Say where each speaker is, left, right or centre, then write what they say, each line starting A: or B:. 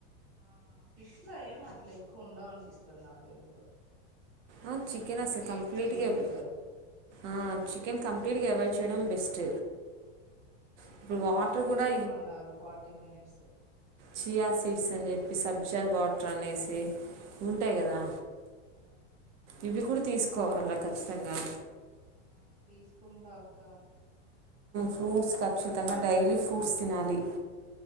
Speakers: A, on the right; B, on the right.
A: ఆ ఫిష్ లో ఏమ్ అట్లా ఎక్కువ ఉండవు అనిపిస్తు దక <unintelligible> నాకుఎందుకో
B: ఆ చికెన్ అసలు కప్లీట్ గా
A: ఉండదు
B: ఎవ్
A: కదా
B: ఆ చికెన్ కప్లీట్ గా ఎవైడ్ వుంచడం బెస్ట్
A: ఆ
B: ఇప్పుడు వాటర్
A: వాకింగ్
B: కూడా
A: చేయమన్నారు ఫార్టీ మినిట్స్
B: చయా సీడ్స్ అని చెప్పి సబ్జా వాటర్ అనేసి ఉంటాయి కదా
A: ఆ
B: ఇవి కూడా తీసుకోవాలరా ఖచ్చితంగా
A: ఆ తీసుకుంటా అక్క
B: ఫ్రూట్స్ ఖచ్చితంగా డైలీ ఫ్రూట్స్ తినాలి.